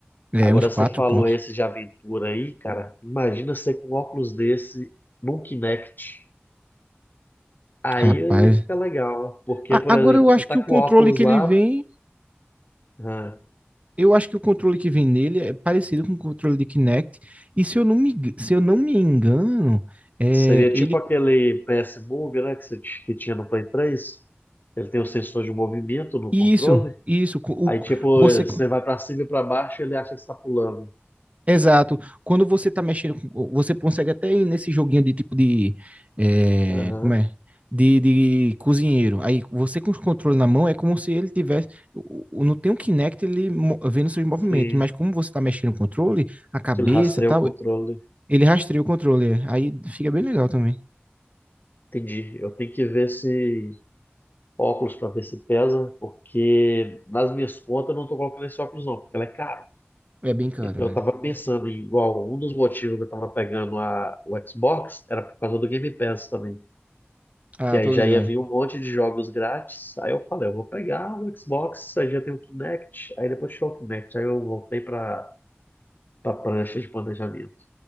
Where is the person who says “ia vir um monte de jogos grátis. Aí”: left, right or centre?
Left